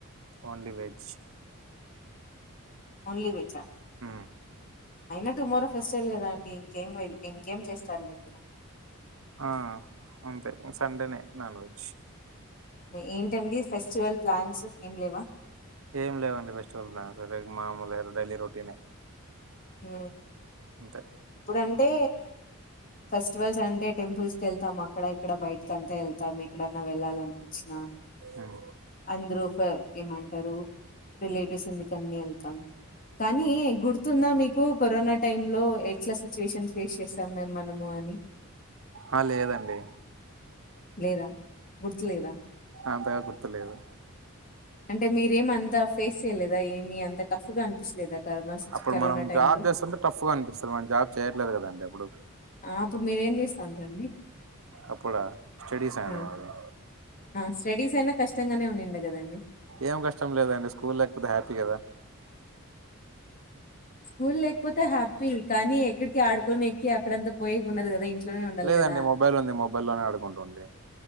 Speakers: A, on the right; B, on the left.
A: only veg
B: only veg ఆ
A: మ్మ్.
B: అయినా టుమోరో ఫెస్ట్ అవ్యి కదా అండి ఇంకేం ఇంకేం చేస్తారుండి
A: ఆ అంతే సండేనే నాన్ వెజ్
B: ఏంటండి ఫెస్టివల్ ప్లాన్స్ ఏం లేవా
A: ఏం లేవండి ఫెస్టివల్ ప్లాన్ సరే మామూలు డైలీ రొటీనే
B: హ
A: అంతే
B: ఇప్పుడంటే ఫెస్టివల్స్ అంటే టెంపుల్స్ క వెళ్తాం అక్కడ ఇక్కడ బయటకి అంతా వెళ్తాం ఎక్కడన్నా వెళ్ళాలనిపించినా.
A: మ్మ్.
B: అందరూ ఏమంటారు రిలేటివ్స్ ఎందుక వెళ్తాం కానీ గుర్తున్నా మీకు కరోనా టైంలో ఎట్లా సిచ్యువేషన్ ఫేస్ చేస్తాం మే మనము అని
A: ఆ లేదండి
B: లేదా గుర్తు లేదా
A: అంతగా గుర్తులేదు
B: అంటే మీరేమ అంత ఫేస్ చెయలేదా ఏమి అంత టఫ్ గా అనిపించలేదా కరోనా సిచ్
A: అప్పుడు
B: కరోనా
A: మనం
B: టైమ్
A: జాబ్
B: లో
A: చేస్తుంటే టఫ్ గా అనిపిస్తుంది మన జాబ్ చేయట్లేదు కదండి ఇప్పుడు
B: ఆ అప్పుడు మీరేం చేస్తా ఉంటారండి
A: అప్పుడా స్టడీస్ అయినవి
B: ఆ
A: మావి
B: ఆ స్టడీస్ అయినా కష్టంగానే ఉన్నాండంది కదండి.
A: ఏం కష్టం లేదండి స్కూల్ లేకపోతే హ్యాపీ కదా.
B: స్కూల్ లేకపోతే హ్యాపీ కానీ ఇక్కకి ఆడకోనక్కి. ఎక్కడ అంత పోనీకి ఉండదు కదా ఇంట్లోనే ఉండాలి
A: లేదండి
B: కదా
A: మొబైల్ ఉంది మొబైల్ లోనే ఆడుకుంటుండి.